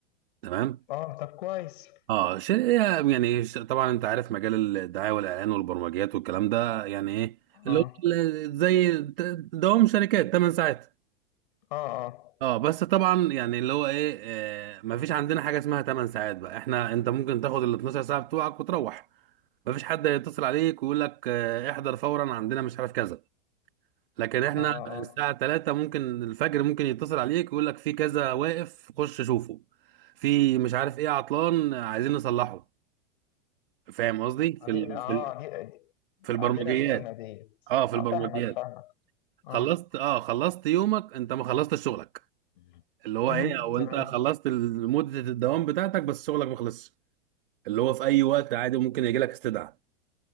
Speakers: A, on the right; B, on the left.
A: تمام
B: اه طب كويس
A: اه ش- يعني ش- طبعا انت عارف مجال الدعايه والاعلان والبرمجيات والكلام ده يعني ايه اللي
B: اه
A: هو ال- زي د- دوام شركات 8 ساعات
B: اه اه
A: اه بس طبعا يعني اللي هو ايه آه مفيش عندنا حاجه اسمها 8 ساعات بقى احنا انت ممكن تاخد ال 12 ساعه بتوعك وتروح مفيش حد هيتصل عليك ويقول لك آه احضر فورا عندنا مش عارف كذا لكن احنا
B: اه اه
A: الساعه 3 ممكن الفجر ممكن يتصل عليك ويقول لك في كذا واقف خش شوفه في مش عارف ايه عطلان آه، عايزين نصلحه فاهم قصدي في
B: عدي
A: ال
B: اه
A: في ال
B: دي
A: في
B: عدي
A: البرمجيات
B: رخامة ديت
A: اه في
B: اه
A: البرمجيات
B: فاهمك فاهمك اه
A: خلصت اه خلصت يومك انت ما خلصتش شغلك
B: مم.
A: اللي هو
B: امم
A: ايه او
B: تمام
A: انت خلصت مدة الدوام بتاعتك بس شغلك ما خلصش اللي هو في اي وقت عادي ممكن يجي لك استدعاء